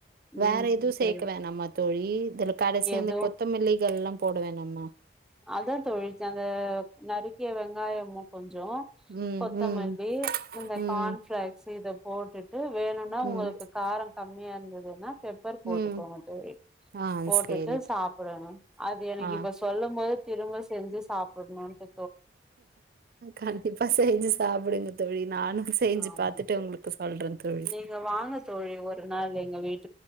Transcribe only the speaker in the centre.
ம்
சரி
எதுவு
அதா தோழி ச அந்த நறுக்கிய வெங்காயமு கொஞ் சோ
கொத்தமல்லி
இந்த
கான்ஃபிளாக்ஸ் இத போட் ட்டு வேணுன்னா உங்களுக்கு
காரோ கம்மியா இருந் துது என்ன பெப்பர் போட்டுக்கோங்க
தோழி
போட்டுட்டு
சாப்பிடுங்க அது எனக்கு
இப்ப சொல்ல த் திரும்ப செ ஞ்சி சாப்பனுட்டு
ஆமா
தோழி
நீங்க வாங்க தோழி ஒரு நாங்க இங்க வீட்